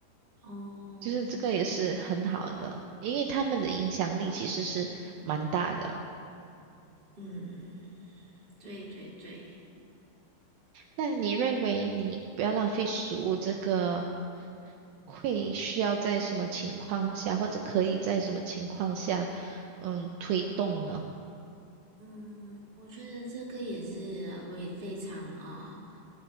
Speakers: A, on the right; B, on the right.
A: 哦，
B: 就是这个也是很好的，因为他们的影响力其实是蛮大的。
A: 嗯，对对对。
B: 那你认为你不要浪费食物这个会需要在什么情况下，或者可以在什么情况下，嗯，推动呢？
A: 嗯，我觉得这个也是为非常啊、呃